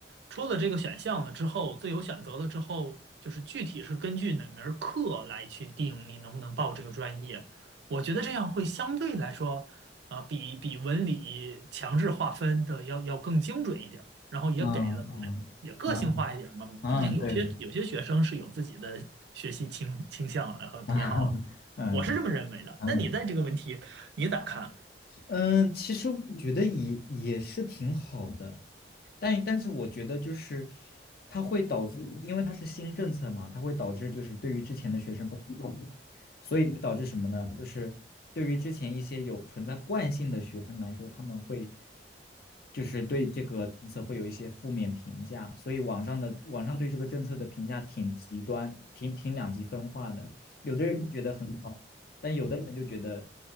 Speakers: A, on the right; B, on the left.
A: 出了这个选项了之后，自由选择了之后，就是具体是根据哪门儿课来去定你能不能报这个专业。我觉得这样会相对来说啊，比比文理强制划分的要要更精准一点儿，然后也给了
B: 嗯嗯嗯嗯，
A: 也个性化一点儿嘛。毕竟有些有些学生是有自己的学习倾倾向和偏好的，
B: 嗯，对对，<laughs> 嗯对，
A: 我是这么认为的。
B: 嗯
A: 那你在这个问题你咋看？
B: 嗯，其实我觉得也也是挺好的。但但是我觉得就是它会导致，因为它是新政策嘛，它会导致就是对于之前的学生不同，所以会导致什么呢？就是对于之前一些有存在惯性的学生来说，他们会就是对这个政策会有一些负面评价，所以网上的网上对这个政策的评价挺极端，挺挺两极分化的，有的人觉得很好，但有的人就觉得